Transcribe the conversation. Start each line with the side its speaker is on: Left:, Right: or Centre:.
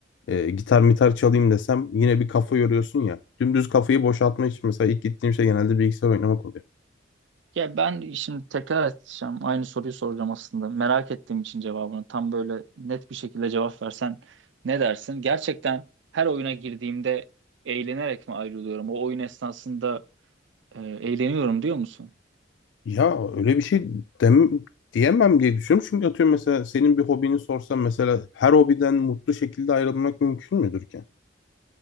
Left: e, gitar mitar çalayım desem yine bir kafa yoruyorsun ya. Dümdüz kafayı boşaltma için mesela ilk gittiğim şey genelde bilgisayar oynamak oluyor.
Right: Ya ben şimdi tekrar edeceğim. Aynı soruyu soracağım aslında. Merak ettiğim için cevabını tam böyle net bir şekilde cevap versen ne dersin? Gerçekten her oyuna girdiğimde eğlenerek mi ayrılıyorum? O oyun esnasında e, eğleniyorum diyor musun?
Left: Ya öyle bir şey dem diyemem diye düşünüyorum. Çünkü atıyorum mesela senin bir hobini sorsam mesela her hobiden mutlu şekilde ayrılmak mümkün müdür ki?